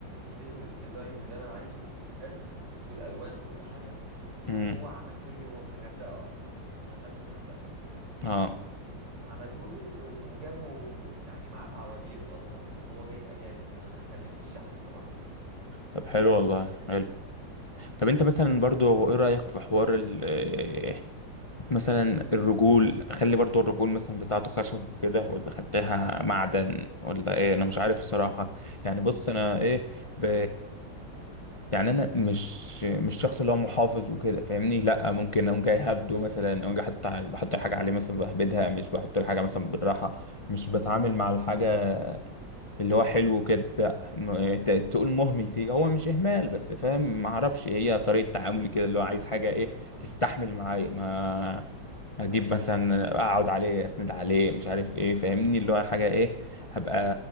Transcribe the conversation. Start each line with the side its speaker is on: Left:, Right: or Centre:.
Right: اديته الديزاين اللي انا عايزه حلو والالوان وكل حاجه
Left: مم.
Right: وهو عمله لي هو من الغردقه اصلا شغال في الغردقه
Left: آه
Right: عمله لي و... وجابه يعني معاه في عربيته اصلا وهو جاي في اجازه فانا ما كلفنيش شحن الصراحه
Left: طب حلو والله طب انت مثلا برضو هو ايه رأيك في حوار ال- آه، مثلا الرجول خلي برضو الرجول مثلا بتاعته خشب وكده ولا خليها معدن ولا ايه انا مش عارف الصراحة يعني بص انا ايه ب... يعني انا مش مش شخص اللي هو محافظ وكده فاهمني لا ممكن اقوم جاي هبده مثلا اقوم جاي حط على- بحط الحاجة عليه مثلا بهبدها مش بحط الحاجة مثلا بالراحة مش بتعامل مع الحاجة اللي هو حلو كده لا م- ت- تقول مهمل سيكا هو مش اهمال بس فاهم ما اعرفش هي طريقه تعاملي كده اللي هو عايز حاجه ايه تستحمل معايا ما اجيب مثلا اقعد عليه اسند عليه مش عارف ايه فاهمني اللي هو حاجه ايه هبقى